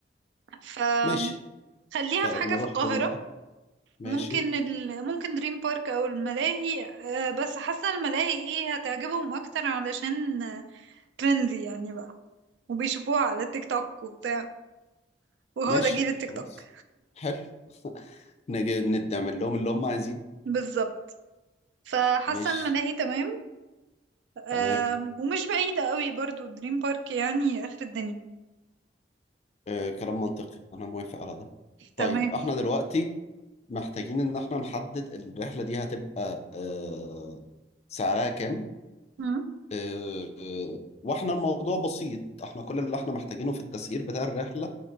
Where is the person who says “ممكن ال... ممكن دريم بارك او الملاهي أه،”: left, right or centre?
Right